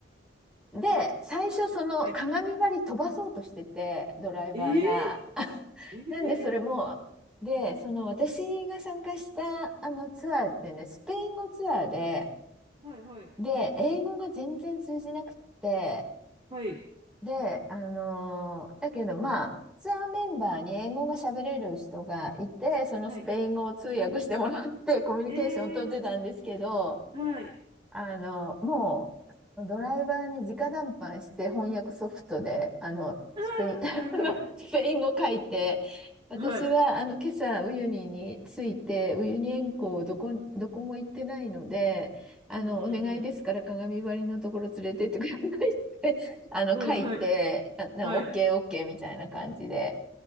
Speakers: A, in the centre; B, on the right.
A: で、最初その鏡張り飛ばそうとしてて、
B: はい。
A: ドライバーが。
B: え
A: <laughs>
B: えええ
A: なんでそれも、で、その私が参加したあのツアーってね、スペイン語ツアーで、
B: はいはい。
A: で、英語が全然通じなくって、
B: はい。
A: で、あのーだけどまあ、ツアーメンバーに英語が喋れる人がいて、そのスペイン語を通訳してもらってコミュニケーションを取ってたんですけど、
B: はい。ええはい。
A: あの、もう、ドライバーに直談判して翻訳ソフトで、あの、
B: あ
A: スペイン、
B: ーはいはい。
A: <laughs> あの、スペイン語書いて、私は、
B: はい。
A: あの、今朝、ウユニに着いて、ウユニ塩湖どこに、
B: うん。
A: どこも行ってないので、あの、
B: うんう
A: お願いですから鏡張りのところ連れてってくださいって、
B: ん
A: <laughs> あの、
B: うん。
A: 書いて、
B: うん、はい。
A: あ、な
B: はい。
A: OK、オッケーオッケーみたいな感じで